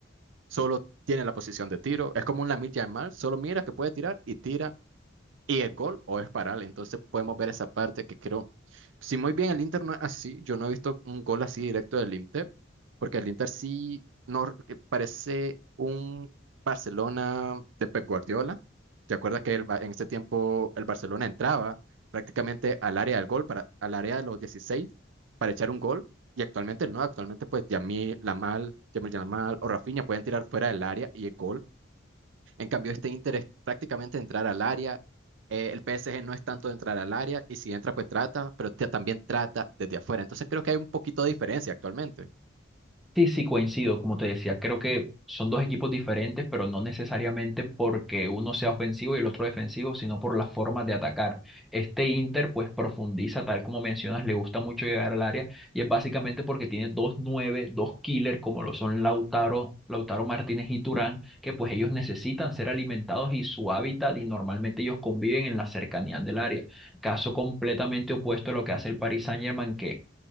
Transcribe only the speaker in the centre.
Sí, sí, coincido, como te decía, creo que son dos equipos diferentes, pero no necesariamente porque uno sea ofensivo y el otro defensivo, sino por las formas de atacar. Este Inter pues profundiza, tal como mencionas, le gusta mucho llegar al área y es básicamente porque tiene dos nueve, dos killer como lo son Lautaro, Lautaro Martínez y Turán, que pues ellos necesitan ser alimentados y su hábitat y normalmente ellos conviven en la cercanía del área. Caso completamente opuesto a lo que hace el Paris Saint-Germain, que